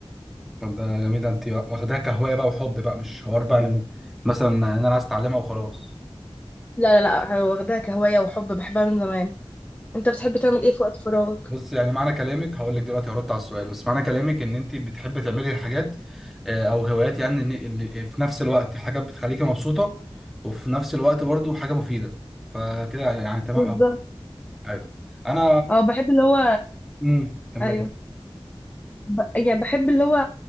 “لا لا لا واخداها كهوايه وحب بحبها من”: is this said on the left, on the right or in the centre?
Left